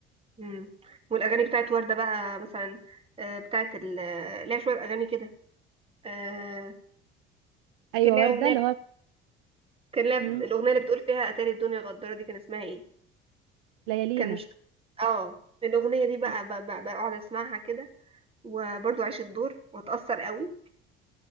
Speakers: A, on the right (about 20°); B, on the right (about 60°).
A: مم. والاغاني بتاعت وردة بقى مثلا آه، بتاعت ال آه، ليها شوية اغاني كده آه،
B: ايوه
A: كان لها
B: ورده
A: اغنية
B: اللي هو
A: كان لها
B: مم،
A: الاغنية اللي بتقول فيها اتاري الدنيا غدارة دي كان اسمها ايه
B: ليالينا
A: كان مش اه الاغنية دي بقى
B: مم،
A: ب- ب- بقعد اسمعها كده وبرضو اعيش الدور واتأثر قوي